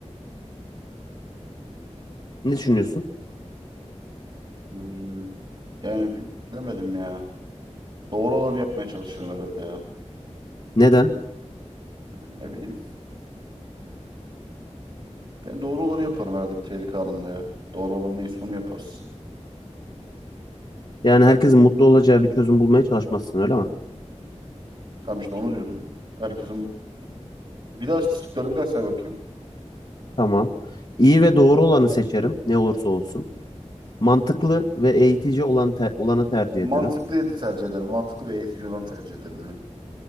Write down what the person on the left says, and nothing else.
Ne düşünüyorsun?
Neden?
Yani herkesin mutlu olacağı bir çözüm bulmaya çalışmazsın öyle mi?
Tamam. İyi ve doğru olanı seçerim ne olursa olsun. Mantıklı ve eğitici olan te- olanı tercih
ederim.